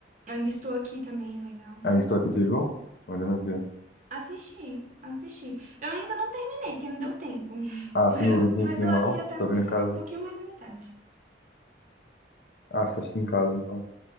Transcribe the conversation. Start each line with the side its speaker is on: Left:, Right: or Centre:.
Right: Eu Ainda estou aqui também, é legal.
Left: A estou aqui, você viu? Eu Ainda não vi.
Right: Assisti, assisti. Eu ainda não terminei, porque não deu tempo. <laughs>
Left: Ah,
Right: Mas
Left: você
Right: eu,
Left: não viu
Right: mas
Left: no cinema,
Right: eu assisti
Left: não?
Right: até
Left: Você tá
Right: um
Left: vendo em casa?
Right: pouquinho mais da metade.
Left: Ah, você assiste em casa, então.